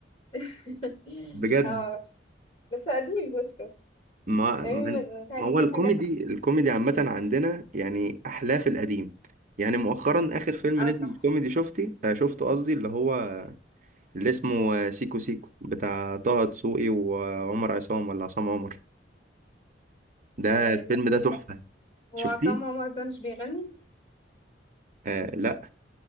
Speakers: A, on the left; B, on the right.
A: <laughs>
B: بجد
A: اه بس قديم بوسكس
B: ما
A: يعني
B: ما
A: م- متهيألي
B: ما هو
A: في
B: الكوميدي
A: حاجات
B: الكوميدي عامه عندنا يعني احلاه في القديم يعني مؤخرا اخر فيلم
A: اه
B: نزل
A: صح
B: كوميدي شفتي آه، شفته قصدي اللي هو اللي اسمه آه، سيكو سيكو بتاع طه دسوقي وعمر عصام ولا عصام عمر ده
A: آه
B: الفيلم
A: لا مين
B: ده تحفه
A: ده هو
B: شفتيه
A: عصام عمر ده مش بيغني
B: آه لا